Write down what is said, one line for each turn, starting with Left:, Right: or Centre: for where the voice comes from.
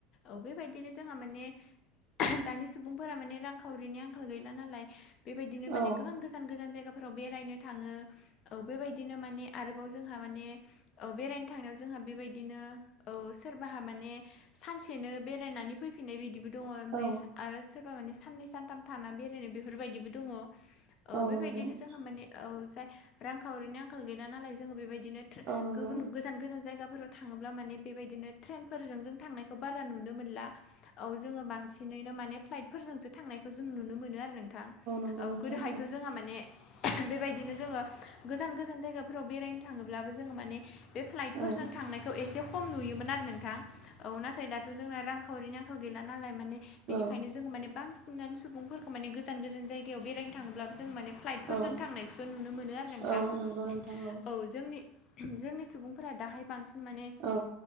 Left: औ बेबायदिनो जोंहा माने दानि सुबुंफोरा माने रांखावरिनि आंखाल गैला नालाय बेबायदिनो माने
Right: औ
Left: गोबां गोजान गोजान जायगाफोराव बेरायनो थांङो। औ बेबायदिनो माने आरोबाव जोंहा माने औ बेरायनो थांनायाव जोंहा बेबायदिनो औ सोरबाहा माने सानसेनो बेरायनानै फैफिननाय बिदिबो दंङ ओमफ्राय
Right: औ
Left: आरो सोरबा माने साननै सानथाम थाना बेरायनाय बेफोरबायदिबो दंङ।
Right: औ
Left: बेबायदिनो
Right: नंगौ
Left: जोंहा माने औ जाय रांखावरिनि आंखाल गैला नालाय जोंङो बेबायदिनो ट्रे
Right: औ नंगौ
Left: गुबुन गोजान गोजान जायगाफोराव थांङोब्ला माने बेबायदिनो ट्रेनफोरजों जों थांनायखौ बारा नुनो मोनला औ जोंङो बांसि बिदिनैनो माने फ्लाइटफोरजोंसो थांनायखौ जों नुनो मोनो आरो नोंथां
Right: नंगौ
Left: औ
Right: नोंथां
Left: गोदोहायथ' जोंहा माने बेबायदिनो जोङो गोजान-गोजान जायगाफोराव बेरायनो थाङोब्लाबो जोङो माने बे फ्लाइटफोरजों
Right: औ
Left: थांनायखौ एसे खम नुयोमोन आरो नोंथां औ नाथाय दाथ' जोंना रां खावरिनि आंखाल गैला नालाय माने बेनिखायनो
Right: औ
Left: जोङो माने बांसिन फिननानै सुबुंफोरखौ माने गोजान-गोजान जायगायाव बेरायनो थाङोब्ला जों माने फ्लाइटफोरजों
Right: औ
Left: थांनायखौसो नुनो मोनो आरो नोंथां
Right: औ नंगौ नोंथां
Left: औ जोंनि जोंनि सुबुंफोरा दाहाय बांसिन माने
Right: औ